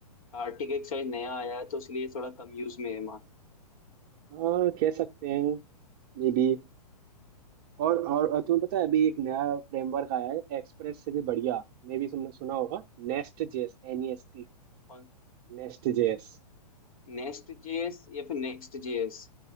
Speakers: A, on the left; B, on the right.
A: आर्टिक एक नया आया है तो इसलिए थोड़ा कम यूज में है मार
B: हाँ कह सकते हैं मे बी और और और तुम्हें पता है अभी एक नया फ्रेमवर्क आया है एक्सप्रेस से भी बढ़िया मे भी तुमने सुना होगा Nest JS N E S T
A: और
B: Nest JS
A: नेस्ट जेएस या फिर नेक्स्ट जेएस